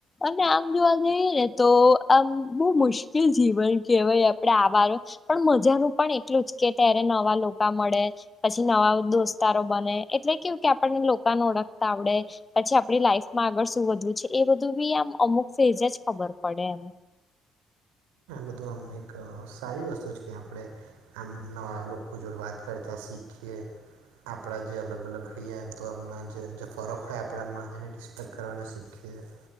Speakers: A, on the left; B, on the right.
A: અને આમ જોવા જઈએ ને તો આમ બહુ મુશ્કેલ જીવન કહેવાય આપણેે આવારો પણ મજાનું પણ એટલું જ કે ત્યારે નવા લોકોકા મળે છે. પછી નવા દોસ્તારો બને એટલે કેવું કે આપણને લોકોને ઓળખતા આવડે પછી આપણી લાઈફમાં આગળ શું વધવું છે એ બધું બી આમ અમુક ફેઝ જ ખબર પડે એમ
B: બધું આમ એક સારી વસ્તુ છે કે આપણે. આમ નવા લોકો જોડે વાત કરતા શીખીએ. આપણા જે અલગ અલગ હઈએ એમ તો હમણાં જે જે ફોરક હોય આપણામાં એને ડિસ્પ્લેક કરવાનું શીખીએ.